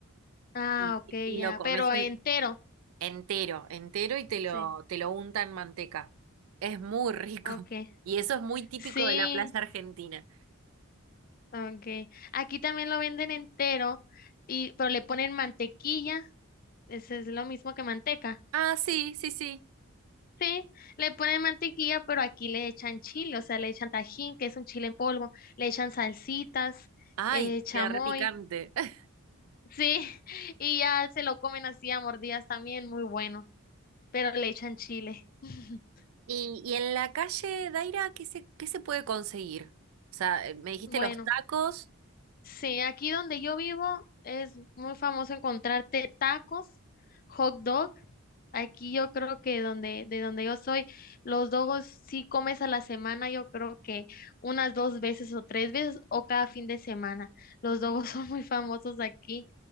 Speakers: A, on the left (about 40°); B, on the right (about 70°).
A: Ah,
B: y,
A: ok,
B: y
A: ya,
B: lo comes
A: pero entero,
B: Entero, entero y te lo,
A: sí,
B: te lo unta en manteca. Es muy rico.
A: ok.
B: <laughs> Y eso es muy típico
A: Sí,
B: de la plaza argentina.
A: ok. Aquí también lo venden entero, y, pero le ponen mantequilla, ese es lo mismo que manteca.
B: Ah, sí, sí, sí.
A: Sí, le ponen mantequilla, pero aquí le echan chile, o sea, le echan tajín, que es un chile en polvo, le echan salsitas,
B: Ay,
A: eh, chamoy,
B: queda repicante. <laughs>
A: sí, <laughs> y ya se lo comen así a mordidas también, muy bueno, pero le echan chile. <laughs>
B: Y, y en la calle, Daira, ¿qué se, qué se puede conseguir? O sea, eh, me dijiste
A: Bueno,
B: los tacos.
A: sí, aquí donde yo vivo es muy famoso encontrarte tacos, hot dogs. Aquí yo creo que donde, de donde yo soy, los dogos sí comes a la semana, yo creo que unas dos veces o tres veces o cada fin de semana. Los dogos <laughs> son muy famosos aquí.